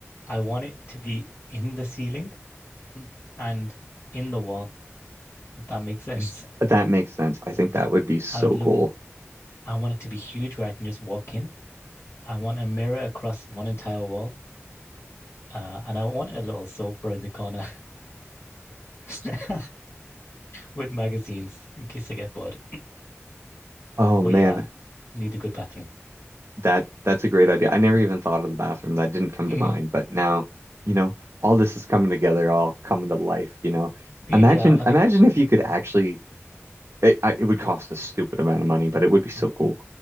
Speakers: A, on the left (about 55°); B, on the right (about 60°).
A: I want it to be in the ceiling and in the wall, if that makes sense.
B: That makes sense. I think that would be so
A: I would love,
B: cool.
A: I want it to be huge where I can just walk in. I want a mirror across one entire wall. Uh, and I want a little sofa in the corner <laughs> with magazines in case I get bored.
B: Oh
A: But
B: man,
A: yeah, need a good bathroom.
B: that that's a great idea. I never even thought of the bathroom. That didn't come
A: Mm,
B: to mind, but now, you know, all this is coming together, all coming to life, you know.
A: yeah,
B: Imagine
A: I think
B: imagine if you could actually it, I- it would cost a stupid amount of money, but it would be so
A: mm,
B: cool.